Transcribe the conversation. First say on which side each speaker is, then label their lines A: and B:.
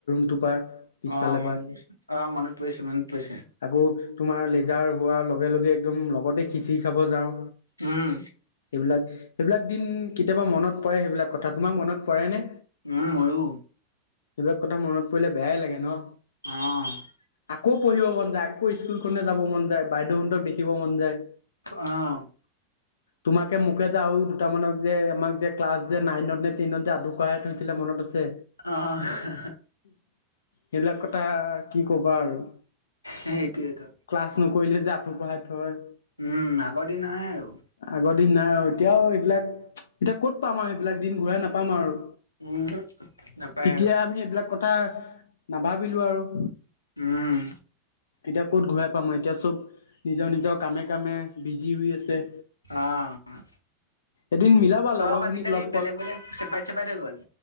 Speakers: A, on the left; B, on the left.
A: <unintelligible>
B: অ'! মনত
A: পৰা
B: পৰিছে, অ'! মনত পৰিছে, মনত পৰিছে।
A: আকৌ তোমাৰ, <unintelligible> হোৱাৰ লগে-লগে একদম, লগতে খিচিৰি খাব যাওঁ।
B: উম,
A: এইবিলাক, সেইবিলাক দিন কেতিয়াবা মনত পৰে, সেইবিলাক কথা। তোমাক মনত পৰেনে?
B: উম, মইয়ো।
A: সেইবিলাক কথা মনত পৰিলে, বেয়াই লাগে ন'!
B: অ'!
A: আকৌ, পঢ়িব মন যায়, আকৌ, স্কুলখনলে যাব মন যায়, বাইদেউহঁতক দেখিব মন যায়!
B: অ'!
A: তোমাকে মোকে যে আৰু দুটামানক যে, আমাক যে, ক্লাছ যে, নাইনত নে টেনত যে, আঠু কঢ়াই থৈছিলে, মনত আছে?
B: অ'! <unintelligible>
A: সেইবিলাক কথা, কি ক'বা আৰু!
B: সেইটোৱেতো।
A: ক্লাছ নকৰিলে যে, আঠু কঢ়াই থয়।
B: উম, আগৰ দিন নাই আৰু।
A: আগৰ দিন নাই আৰু। এতিয়াও এইবিলাক, এতিয়া ক'ত পাম আৰু সেইবিলাক দিন ঘূৰাই নাপাম আৰু।
B: উমহু নাপায়
A: তেতিয়া
B: আৰু
A: আমি, এইবিলাক কথা, নাভাবিলোঁ আৰু।
B: উম!
A: এতিয়া ক'ত ঘূৰাই পাম আৰু! এতিয়া চব, নিজৰ- নিজৰ, কামে-কামে বিজি হৈ আছে।
B: অ'!
A: এদিন মিলাবা
B: চব
A: লগৰ খিনিক
B: আজিকালি,
A: লগ পোৱা
B: বেলেগ-বেলেগ চেপাৰেট- চেপাৰেট হৈ গ'ল।